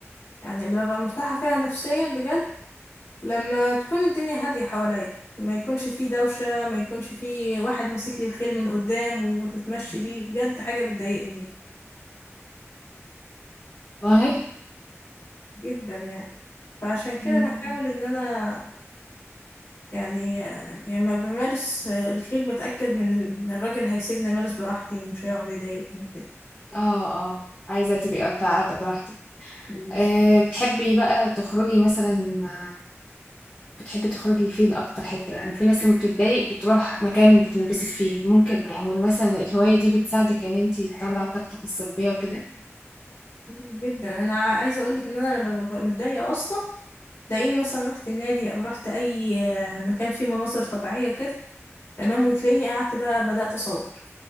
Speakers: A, on the left (about 65°); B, on the left (about 30°).
A: يعني اللي ببقى مرتاحة فيها نفسيا بجد لما تكون الدنيا هادية حواليا ما يكونش فيه دوشة ما يكونش فيه واحد ماسك لي الخيل من قدام وتتمشي بيه بجد حاجة بتضايقني
B: والله
A: جدا يعني فعشان كده
B: <laughs>
A: بحاول ان انا يعني لما بمارس الخيل بتأكد من ان الراجل هيسيبني امارس براحتي ومش هيقعد يضايقني
B: اه اه عايزة تبقي قاعدة براحتك
A: كده
B: أه بتحبي بقى تخرجي مثلا مع- بتحبي تخرجي فين أكتر حتة يعني في ناس لما بتتضايق بتروح مكان بتنبسط فيه ممكن يعني مثلا الهواية دي بتساعدك إن انتي تطلع طاقتك السلبية وكده
A: جدا انا عايزه اقول لك ان انا لما ببقى متضايقه اصلا تلاقيني مثلا رحت النادي او رحت اي مكان فيه مناظر طبيعيه كده تمام وتلاقيني قعدت بقى بدات اصور